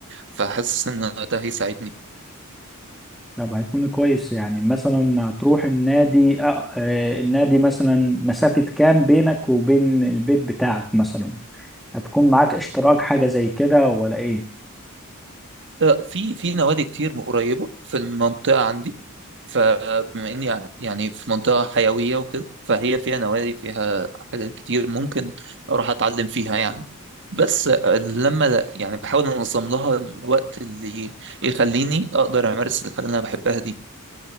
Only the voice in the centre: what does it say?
طب هيكون كويس يعني مثلا هتروح النادي آه، آه، النادي مثلا مسافة كام بينك وبين البيت بتاعك مثلا هتكون معاك اشتراك حاجة زي كده ولا ايه